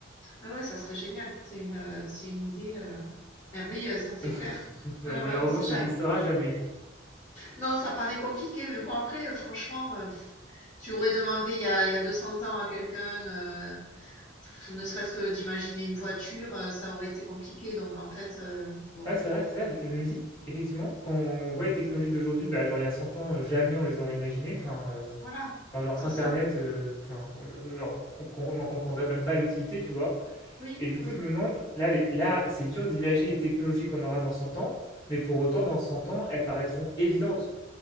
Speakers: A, on the left (about 40°); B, on the left (about 20°).
A: ah ouais, ça serait génial. C'est une, euh, c'est une idée euh, merveilleuse, hein, c'est
B: <laughs>
A: clair.
B: Ouais,
A: Ah
B: malheureusement,
A: ouais, on sait
B: ça
A: jamais.
B: n'existera jamais.
A: Non, ça paraît compliqué, mais bon, après, euh, franchement, euh, pff, tu aurais demandé il y a, il y a 200 ans à quelqu'un, euh, pff, ne serait-ce que d'imaginer une voiture, euh, ça aurait été compliqué. Donc, en fait, euh, bon,
B: Ouais, c'est vrai, c'est ça. Je, je me dis, effectivement, quand on voit les technologies d'aujourd'hui, bah, genre il y a 100 ans, euh, jamais on les aurait imaginées. Enfin, euh,
A: voilà,
B: enfin genre
A: c'est
B: Internet,
A: ça.
B: euh, enfin, on- genre, on com- on n'en comprendrait même pas l'utilité, tu vois.
A: Oui,
B: Et du
A: oui, oui,
B: coup, je me demande, là, les- là, c'est dur d'imaginer les technologies qu'on aura dans 100 ans, mais pour autant, dans 100 ans, elles paraîtront évidentes.